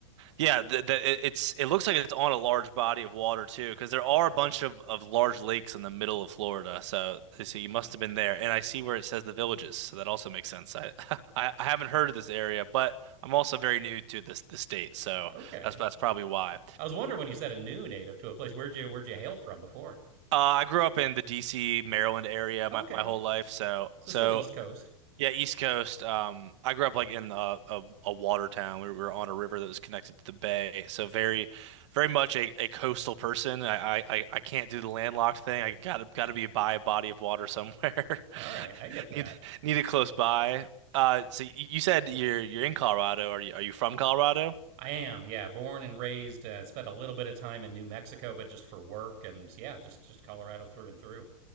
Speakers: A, on the right; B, on the right.
A: Yeah, the, the, it- it's it looks like it's on a large body of water too, because there are a bunch of, of large lakes in the middle of Florida. So, so you must have been there. And I see where it says the villages, so that also makes sense. I <laughs> I, I haven't heard of this area, but I'm also very new to this the state, so
B: Okay,
A: that's that's probably why.
B: I was wondering when you said a new native to a place. Where'd you where'd you hail from before?
A: Uh, I grew up in the D.C., Maryland area
B: Okay,
A: my, my whole life, so
B: so
A: so
B: still East Coast.
A: Yeah, East Coast. Um, I grew up like in a, a, a water town. We were on a river that was connected to the bay, so very, very much a, a coastal person. I, I I I can't do the landlocked thing. I gotta gotta be by a body of water somewhere.
B: All right,
A: <laughs>
B: I get that.
A: Need need it close by. Uh, so y- you said you're you're in Colorado. Are you are you from Colorado?
B: I am, yeah, born and raised. Uh, spent a little bit of time in New Mexico, but just for work, and yeah, just just Colorado through and through.